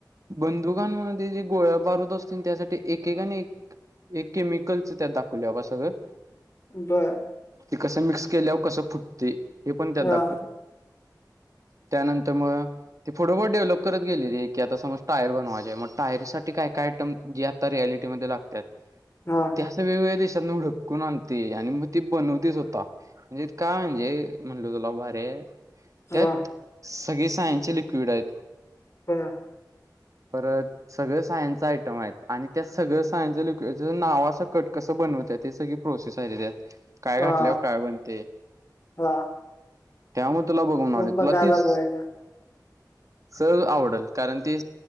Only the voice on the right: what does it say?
बंदुकांमध्ये जे गोळ्या दारू असतील त्यासाठी एकका आणि एक एक केमिकलच त्यात दाखवल्या <unintelligible> सगळं
ते कसं मिक्स केल्याव कसं फुटते हे पण त्यात
दाखवल त्यानंत त्यामुळे त ते फोडंफों डेव्हलप करत गेली रे की आता समज टायर बनवाय मग टायरीसाठी काय काय जे आत्ता रिॲलिटी मदे लागतात
वेगवेगळ्या देशात उडकून आणते आणि मग ती बनवतेच होता म्हणजे काय म्ह म्हणल तुला भारे
त्यात सगळी सायंचे लिक्विड आहेत
परत सगळं सायंच आयटम आयत आणि त्या सगळं सायंच ल तेज नावासकट कसं बनवतात ते सगळी प्रोसेस हाय तेज्यात काय
घातल्यावर काय बणते
त्यामुळे तुला बघून आले
तुला तीस
सर आवडल कारण ती